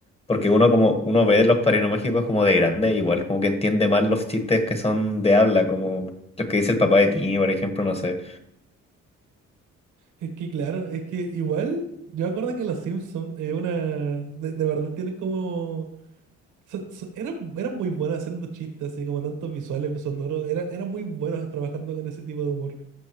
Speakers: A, on the left (about 20°); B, on the right (about 80°).
A: porque uno como uno ve los padrinos mágicos como de grande, igual como que entiende más los chistes que son de habla, como los que dice el papá de Timmy, por ejemplo, no sé,
B: Es que claro, es que igual, yo me acuerdo que los Simpsons, eh, una, de, de verdad tienen como, so- so- eran, eran muy buenos haciendo chistes, así como tantos visuales, sonoros, era eran muy buenos trabajando con ese tipo de humor,